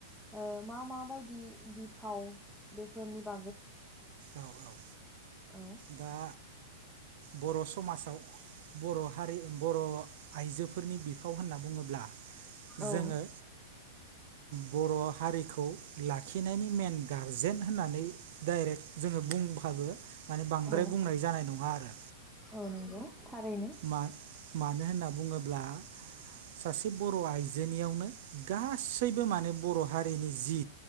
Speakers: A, in the centre; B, on the right (about 55°).
A: ओ मा मा बायदि बिफाव बेफोरनि बा
B: औ औ औ
A: औ
B: दा। बर' समाजाव बर' हारि बर' आइजोफोरनि बि फाव होनना बुङोब्ला
A: औ
B: जोङो बर' हारिखौ लाखिनायनि मेन गारजेन होननानै डाइरेक्ट जोङो बुंबाबो माने बांद्राय
A: औ
B: बुंनाय जानाय नङा आरो।
A: औ नंगौ थारैनो।
B: मा मानो होनना बुङोब्ला सासे बर' आइजोनियावनो गासैबो माने बर' हारिनि जि